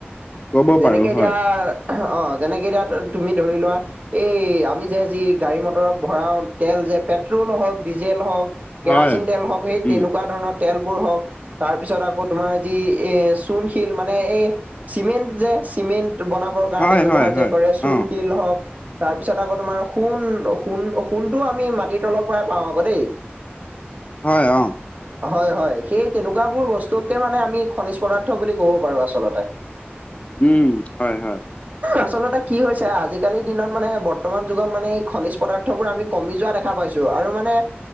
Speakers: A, on the left; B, on the right.
A: ক'ব
B: যেনেকে
A: পাৰো
B: এতিয়া
A: হয়
B: অ যেনেকে এতিয়া তুমি ধৰি লোৱা এই আমি যে যি গাড়ী-মটৰত ভৰাও তেল যে পেট্ৰল হওক ডিজেল হওক, কেৰাচিন
A: হয়
B: তেল হওক, সেই
A: উম
B: তেনেকুৱা ধৰণৰ তেলবোৰ হওক, তাৰ পিছত আকৌ তোমাৰ যি এ চূণশিল মানে এই চিমেণ্ট যে চিমেণ্ট বনাবৰ কাৰণে
A: হয়
B: ব্যৱহাৰ
A: হয় হয়
B: যে কৰে চুল
A: অ'
B: শিল হওক, তাৰপিছত আকৌ তোমাৰ সোণ, সোণ সোণটো আমি মাটিৰ তলৰ পৰাই পাওঁ আকৌ দেই।
A: হয় অ।
B: হয় হয় সেই তেনেকুৱাবোৰ বস্তুকে মানে আমি খনিজ পদাৰ্থ বুলি ক'ব পাৰোঁ আচলতে। <inaudible>
A: উম হয় হয়।
B: আচলতে কি হৈছে, আজিকালিৰ দিনত মানে বৰ্তমান যুগত মানে এই খনিজ পদাৰ্থ বোৰ আমি কমি যোৱা দেখা পাইছো, আৰু মানে